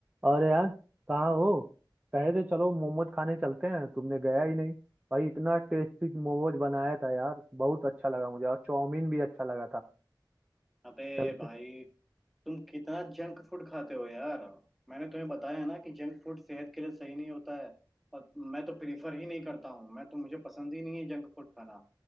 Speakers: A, on the right; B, in the centre.
A: अरे यार कहाँ हो कहे थे चलो मोमोज खाने चलते हैं तुमने गया ही नहीं भाई इतना टेस्टी मोमोज बनाया था यार बहुत अच्छा लगा मुझे और चाउमीन भी अच्छा लगा था
B: अबे
A: चलते
B: भाई तुम कितना जंक फूड खाते हो यार मैंने तुम्हें बताया है ना कि जंक फूड सेहत के लिए सही नहीं होता है और मैं तो प्रीफर ही नहीं करता हूँ मैं तो मुझे पसंद ही नहीं है जंक फूड खाना